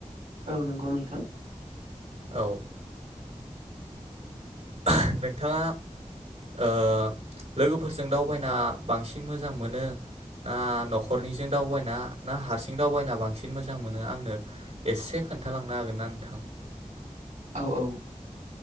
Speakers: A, on the right; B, on the right.
A: औ नंगौ नोंथां।
B: औ। हो नोंथाङा ओ लोगोफोरजों दावबायना बांसिन मोजां मोनो ना नखरनिजों दावबायना ना हारसिं दावबायना बांसिन मोजां मोनो आंनो एसे खोन्थालांनो हागोना नोंथां।
A: औ औ।